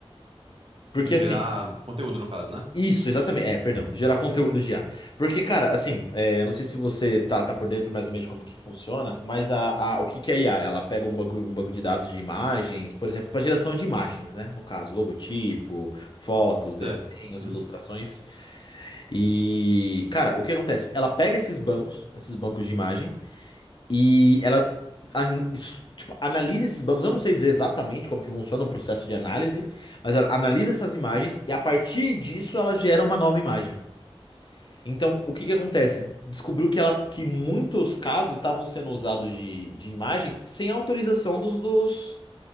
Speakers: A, on the left (about 50°); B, on the right (about 65°).
A: Porque assim,
B: Gerar conteúdo, no caso, né?
A: isso, exatamente. É, perdão, gerar conteúdo
B: Uhum.
A: de IA. Porque, cara, assim, é, eu não sei se você tá, tá por dentro mais ou menos de como que funciona, mas a, a- o que que é IA? Ela pega um banco, um banco de dados de imagens, por exemplo, para geração de imagens, né? No caso, logotipo, fotos,
B: Certo.
A: desenhos,
B: Uhum.
A: ilustrações. E, cara, o que acontece? Ela pega esses bancos, esses bancos de imagens e ela a- es- tipo, analisa esses bancos. Eu não sei dizer exatamente como que funciona o processo de análise, mas ela analisa essas imagens e a partir disso ela gera uma nova imagem. Então, o que que acontece? Descobriu que ela que muitos casos estavam sendo usados de, de imagens sem autorização dos, dos,